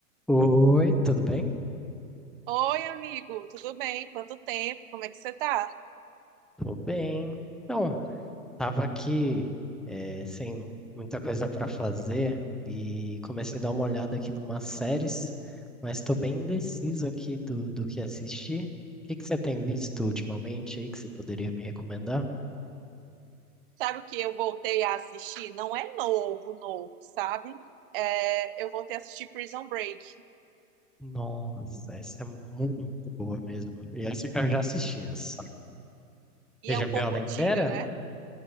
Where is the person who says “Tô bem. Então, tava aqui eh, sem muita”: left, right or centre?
Centre